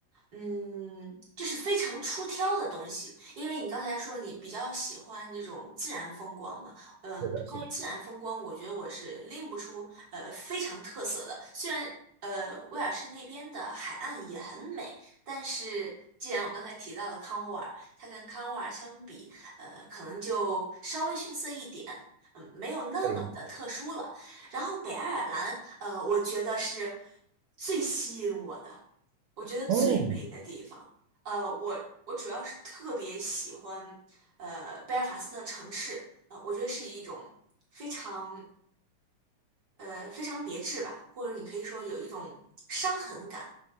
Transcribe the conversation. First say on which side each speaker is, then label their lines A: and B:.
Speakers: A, on the right; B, on the right.
A: 嗯，这是非常出挑的东西，因为你刚才说你比较喜欢这种自然风光嘛，嗯，
B: 是的，是的，
A: 关于自然风光，我觉得我是拎不出呃非常特色的，虽然呃威尔士那边的海岸也很美，但是既然我刚才提到了康沃尔，它跟康沃尔相比，呃，可能就稍微逊色一点，嗯，没有那么的特殊了。
B: 对，
A: 然后北爱尔兰，呃，我觉得是最吸引我的。我觉得最美的地方，
B: 哦，
A: 呃，我我主要是特别喜欢，呃，贝尔法斯特城市，呃，我觉得是一种非常呃非常别致吧，或者你可以说有一种伤痕感，